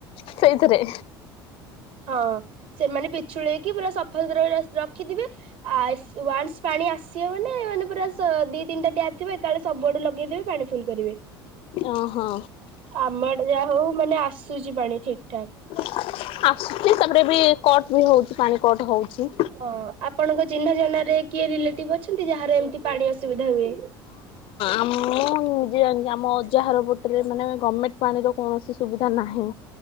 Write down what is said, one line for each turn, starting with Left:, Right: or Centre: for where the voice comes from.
Left: ସେଇଥିରେ
Right: ହଁ, ସେମାନେ ବିଛୁଳେଇକି ପୁରା ସଫା ସୁତୁର ଆ ରଖିଥିବେ। ଆ ଇସ ୱାନ୍ସ ପାଣି ଆସିବ ମାନେ, ମାନେ ପୁରା ସ ଦି ତିନିଟା ଟ୍ୟାପ୍ ଥିବ ଏକାଳେ ସବୁଆଡୁ ଲଗେଇଦେବେ ପାଣି। ଫୁଲ କରିବେ।
Left: ଓହୋ
Right: ଆମଆଡେ ଯାହା ହଉ ମାନେ ଆସୁଛି ପାଣି, ଠିକ ଠାକ।
Left: ଆ ଆସୁଛି, ତାପରେ ବି କଟ ବି ହଉଛି ପାଣି କଟ ହଉଛି।
Right: ହଁ, ଆପଣଙ୍କ ଚିହ୍ନା ଜନାରେ କିଏ ରିଲେଟିଭ ଅଛନ୍ତି, ଯାହାର ଏମିତି ପାଣି ଅସୁବିଧା ହୁଏ। ଁ <unintelligible>
Left: ଆ ମୁଁ ନିଜେ ଜାଣିଛି, ଆମ ଅଜାହର ପଟରେ ମାନେ ଗମେଣ୍ଟ ପାଣିର କୌଣସି ସୁବିଧା ନାହିଁ।